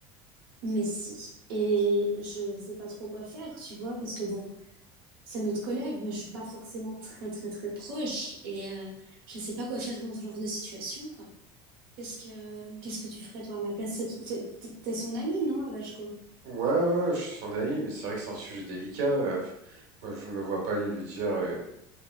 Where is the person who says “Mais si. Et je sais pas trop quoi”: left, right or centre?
Right